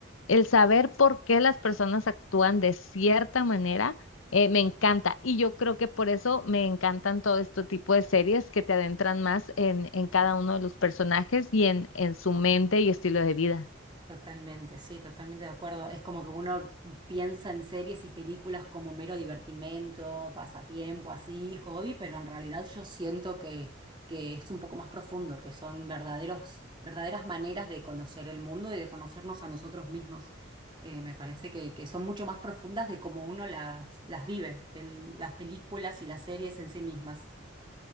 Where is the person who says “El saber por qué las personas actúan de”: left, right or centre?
Left